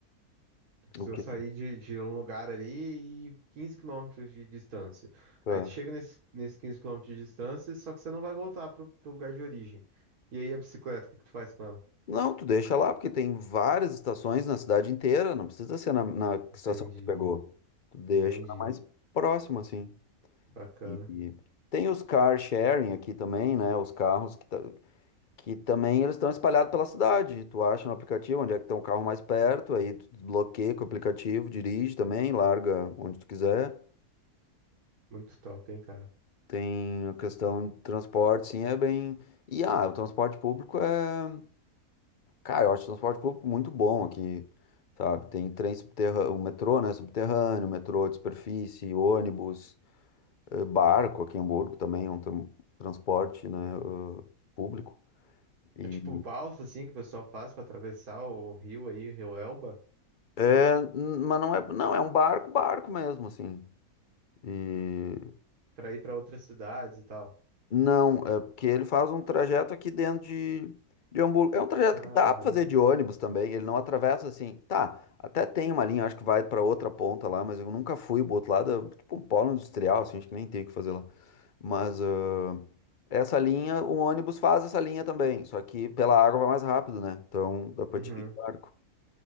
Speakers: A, on the right (about 75°); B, on the left (about 45°).
A: tu precisou
B: O que?
A: sair de, de um lugar ali e 15 quilômetros de distância.
B: tá.
A: Aí tu chega nesse, nesse 15 quilômetros de distância, só que você não vai voltar pro, pro lugar de origem. E aí a bicicleta, o que que tu faz com ela?
B: Não, tu deixa lá, porque tem várias estações na cidade inteira, não precisa ser na, na
A: Entendi,
B: estação que tu pegou. Tu deixa
A: entendi.
B: na mais próxima, assim.
A: Bacana.
B: E, e tem os car sharing aqui também, né? Os carros que tá. Que também eles estão espalhados pela cidade. Tu acha no aplicativo onde é que tem o carro mais perto, aí tu desbloqueia com o aplicativo, dirige também, larga onde tu quiser.
A: Muito top, hein, cara.
B: Tem a questão de transporte, sim, é bem. E ah, o transporte público é. Cara, eu acho o transporte público muito bom aqui, sabe? Tem trem subterrâneo, o metrô, né? Subterrâneo, metrô de superfície, ônibus, eh, barco aqui em Hamburgo também é um tran- transporte, né? eh, público. E...
A: É tipo balsa, assim, que o pessoal faz pra atravessar o rio aí, o rio Elba,
B: É, n- Mas não é. Não, é um barco, barco mesmo, assim. E
A: pra ir pra outras cidades e tal.
B: não, é porque ele faz um trajeto aqui dentro de, de Hamburgo. É um trajeto
A: Caramba.
B: que dá pra fazer de ônibus também. Ele não atravessa assim. Tá, até tem uma linha, acho que vai pra outra ponta lá, mas eu nunca fui pro outro lado. é Tipo um polo industrial, assim, acho que nem tem o que fazer lá. Mas ah, essa linha, o ônibus faz essa linha também. Só que pela água vai mais rápido, né? Então dá pra
A: Uhum.
B: te ir de barco.